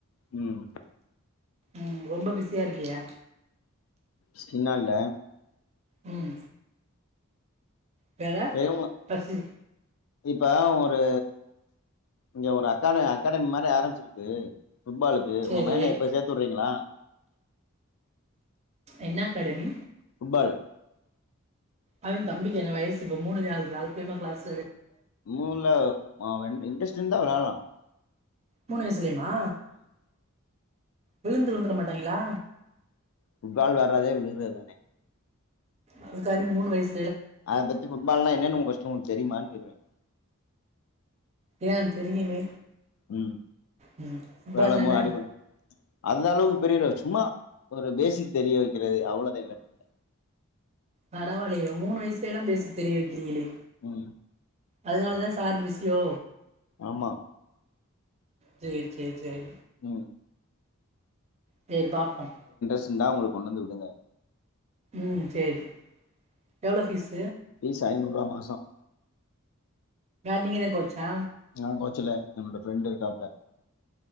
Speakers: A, on the left; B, on the right.
A: உம்
B: ம் ரொம்ப பிஸியா இருக்கியா
A: சின்ன இல்ல
B: உம் பெற
A: ஏங்க
B: பசி
A: இப்ப ஒரு இங்க ஒரு அக்காட அகாடமி மாதிரி ஆரம்பிச்சிருக்கு புபட்பாலுக்கு உங்க
B: சரி
A: மையனை இப்போ சேர்த்த விடறீங்களா
B: என்ன கடனி
A: ஃபுட்பால்
B: அவன் தம்பிக்கு என் வயச இப்ப மூதான் ஆ இருக்கு அதுக்குள்ளுமா கிளாஸ்
A: ஊலவாவேன் இன்டரஸ்ட் இருந்தா விளையலாம்
B: மூணு வயசிலேவா விழுந்து விழுந்துட மாட்டாங்களா
A: புட்பால் வராதே விழுகுறது தானே
B: அதுக்கலம் மூணுவயசு
A: அதை பத்தி ஃபுட்பால்னா என்னன்னங்க கஷம் சரிம்மான்னு கேடறேன்
B: ஏன் தெரியுமே
A: உம்
B: ம் அதா
A: வேளமோ
B: இல்லனா
A: அடி பண்ண அந்த அளவுக்கு பெரிய சும்மா கொஞ்சம் பேசிக் தெரிய வைக்கிறது அவ்வளவுதான் விர
B: பரவில்லைய மூணு வயதிலேயே பேசிக் தெரிய வைக்கிறீங்களே
A: உஹம்
B: அதனால தான் சார் மிசியோ
A: ஆமா
B: ஜெரி ஜெரி ஜெரி
A: உம்
B: செரி பாப்பம்
A: அதா உங்கள கொண்டு வந்து விடல
B: உம் செரி எவ்ளோ பீஸ்
A: பீஸ் ஐநூறு ரூபா மாசம்
B: நீங்க தா கோச்சா
A: நான் கோச்சில என்னோட ஃப்ரெண்ட் இருக்காப்புல